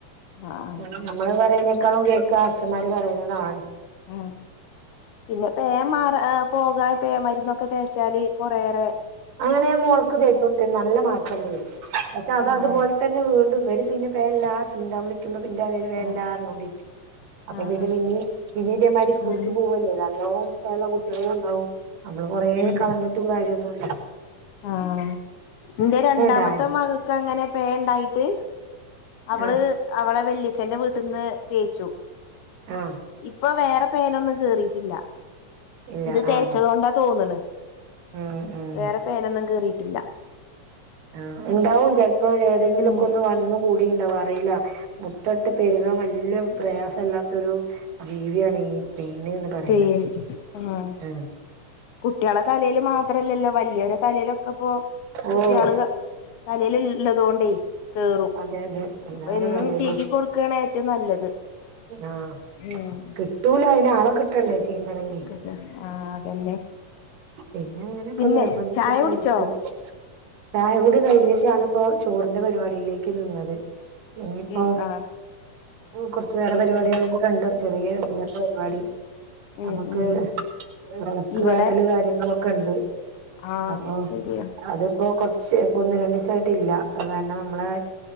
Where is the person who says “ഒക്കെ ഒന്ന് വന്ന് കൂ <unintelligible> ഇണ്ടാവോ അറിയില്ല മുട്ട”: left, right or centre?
Right